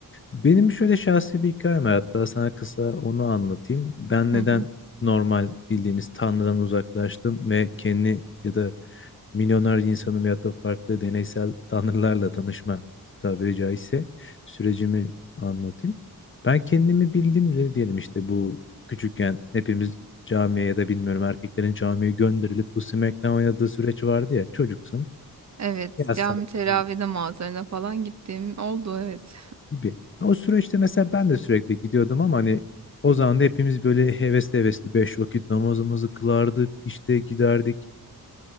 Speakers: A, on the left; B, on the right.
A: benim şöyle şahsi bir hikayem var hatta sana kısa onu anlatayım. Ben
B: <laughs>
A: neden
B: Hı hı.
A: normal bildiğimiz Tanrı'dan uzaklaştım ve kendi ya da milyonlarca insanın veyahut da farklı deneysel tanrılarla tanışma tabiri caizse sürecimi anlatayım. Ben kendimi bildim bile diyelim işte bu küçükken hepimiz camiye ya da bilmiyorum erkeklerin camiye gönderilip bu SmackDown oynadığı süreç vardı ya çocuksun
B: Evet,
A: yaz
B: cami
A: tatili
B: teravide mağazalarına falan gittiğim oldu evet.
A: gibi. O süreçte mesela ben de sürekli gidiyordum ama hani o zaman da hepimiz böyle hevesli hevesli beş vakit namazımızı kılardık işte giderdik